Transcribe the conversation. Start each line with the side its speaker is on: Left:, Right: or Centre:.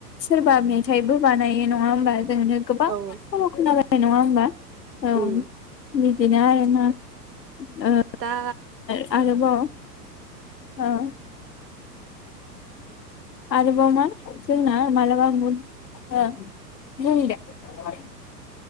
Left: सोरबा मेथाइबो बानायो नङा होमबा नो गोबां
Right: औ
Left: सल खोना नङा होमबा? औ
Right: उम
Left: बिदिनो आरोना ओ
Right: दा
Left: आरोबाव औ आरोबाव मा जोंना मालाबा <unintelligible>